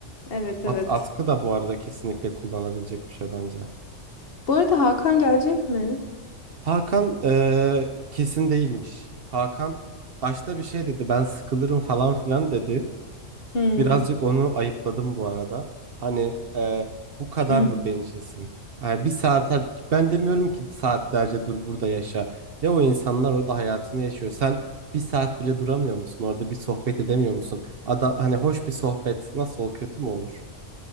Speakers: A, on the left; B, on the right.
A: Evet
B: At,
A: evet.
B: atkı da bu arada kesinlikle kullanabilecek bir şey bence.
A: Bu arada Hakan gelecek mi?
B: Hakan e, kesin değilmiş. Hakan başta bir şey dedi ben sıkılırım falan filan dedi.
A: Hmm.
B: Birazcık onu ayıpladım bu arada. Hani e, bu kadar
A: <clears throat>
B: mı bencilsin? E, bir saat ben demiyorum ki saatlerce dur burada yaşa. Ya o insanlar orada hayatını yaşıyor. Sen bir saat bile duramıyor musun? Orada bir sohbet edemiyor musun? Ada, hani hoş bir sohbet nasıl olur, kötü mü olur?